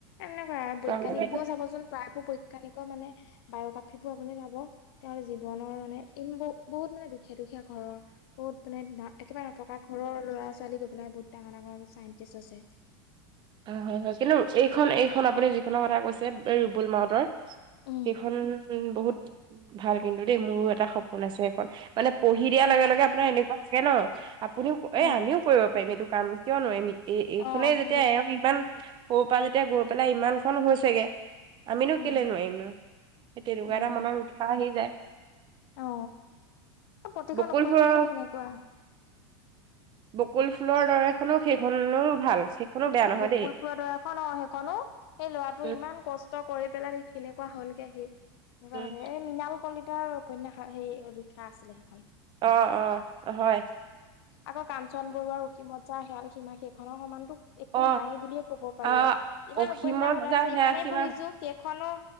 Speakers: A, on the left; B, on the right.
A: এনেকুৱা, বৈজ্ঞানিক
B: হয় উম
A: বোৰো চাবচোন প্ৰায়বোৰ বৈজ্ঞানিকৰ মানে বায়গ্ৰাফী বোৰ আপুনি চাব তেওঁৰ জীৱনৰ মানে ই ম বো বহুত মানে দুখীয়া দুখীয়া ঘৰৰ বহুত মানে একেবাৰে নথকা ঘৰৰ লৰা-ছোৱালী গৈ পেলাই বহুতাঙৰ ডাঙৰ চাইণ্টিষ্ট হৈছে।
B: হয় হয় হয় কিন্তু এইখন এইখন আপুনি যিখনৰ কথা কৈছে এই ৰুবুল মাউডৰ
A: উম
B: সেইখন বহুত ভাল কিন্তু দেই, মোৰো এটা সপোন আছে সেইখন। মানে পঢ়ি দিয়াৰ লগে
A: অ
B: লগে আপোনাৰ এনেকুৱা চাগে ন, আপুনিও
A: উম
B: এ আমিও কৰিব পাৰিম এইটো কাম কিয় নোৱাৰিমি এই এইখনেই
A: অ সেইটোৱে
B: যেতিয়া এওঁক ইমান সৰু পৰা যেতিয়া গৈ পেলাই ইমান খন হৈছেগে আমিনো
A: উম
B: কেলে নোৱাৰিম ন। সেই তেনেকুৱা
A: উম
B: এটা মনৰত উৎসাহ আহি যায়।
A: অ, এ প্ৰতিখন
B: বকুল
A: উপন্যাসে
B: ফুলৰ
A: তেনেকুৱা।
B: বকুল ফুলৰ দৰেখনো সেইখনও ভাল। সেইখনো বেয়া নহয়
A: বকুল
B: দেই
A: ফুৰ দৰে এখন অ', সেইখনো সেই ল'ৰাটোৰ
B: উম,
A: ইমান কষ্ট কষ্ট কৰি পেলাই কেনেকুৱা হ'লগে সি, <unintelligible>
B: উম।
A: এই মৃণাল কলিতাৰ উপন্যাস। অ, সেই লিখা আছিলে সেইখন।
B: অ', অ', হয়।
A: আকৌ কাঞ্চন বৰুৱাৰ অসীমত যাৰ হেৰাল সীমা সেইখনৰ সমানতো একো
B: অ
A: নাই বুলিয়ে ক'ব পাৰি
B: আহ
A: আৰু, ইমান
B: অসীমত
A: উপন্যাস ওলাই
B: যাৰ
A: আছে
B: হেৰাল
A: ইমানেই
B: সীমা
A: পঢ়িছো সেইখনৰ